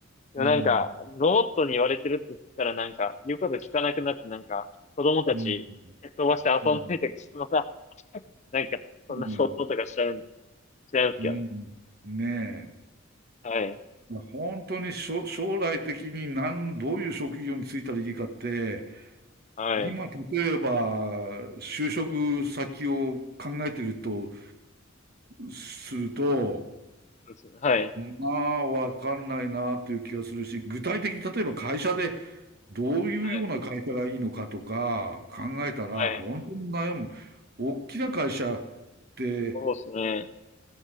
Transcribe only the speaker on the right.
うん、
うん、う
ん、
うん、
うんねえ。
本当にしょ将来的に何どういう職業に就いたらいいかって、
今、
例えば、就職先を考えてると、すると、
まあ、わかんないなという気がするし、具体的に例えば会社でどういうような会社がいいのかとか考えたら、
本当に悩む。大きな会社って、